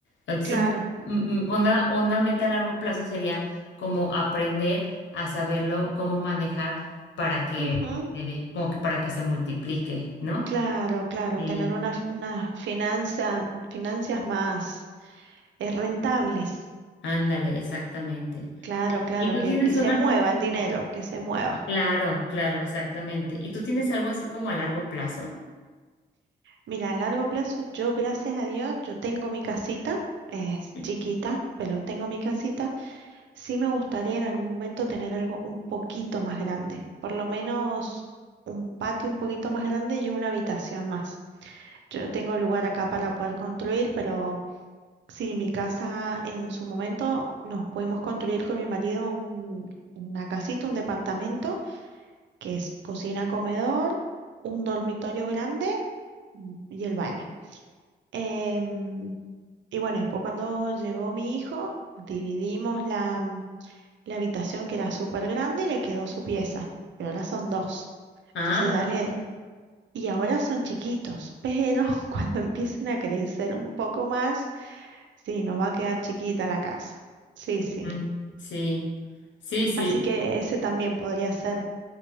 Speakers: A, on the left (about 80°); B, on the right (about 80°).
A: Entonces,
B: claro.
A: mm, mm, una, una meta a largo plazo sería como aprender a saberlo, cómo manejar para que,
B: Ujú,
A: me dé- como que para que se multiplique, ¿no?
B: Claro, claro.
A: Sí,
B: Tener unas, unas finanzas, finanzas más eh, rentables.
A: ándale, exactamente.
B: Claro,
A: ¿Y,
B: claro,
A: y tú
B: que,
A: tienes
B: que se
A: una
B: mueva
A: así como-
B: el dinero, que se mueva.
A: Claro, claro, exactamente. ¿Y tú tienes algo así como a largo plazo?
B: Mira, a largo plazo, yo gracias a Dios, yo tengo mi casita, es
A: Sí.
B: chiquita, pero tengo mi casita. Sí me gustaría en algún momento tener algo un poquito más grande, por lo menos un patio un poquito más grande y una habitación más. Yo no tengo lugar acá para poder construir, pero sí, mi casa en su momento nos pudimos construir con mi marido un- una casita, un departamento, que es cocina, comedor, un dormitorio grande mm, y el baño. Em, y bueno, después cuando llegó mi hijo, dividimos la... la habitación que era súper grande y le quedó su pieza, pero ahora son dos.
A: Ah,
B: Entonces dale,
A: ok,
B: y ahora son chiquitos, pero <laughs> cuando empiecen a crecer un poco más, sí, nos va a quedar chiquita la casa. Sí, sí.
A: ujú, Sí, sí, sí.
B: Así que ese también podría ser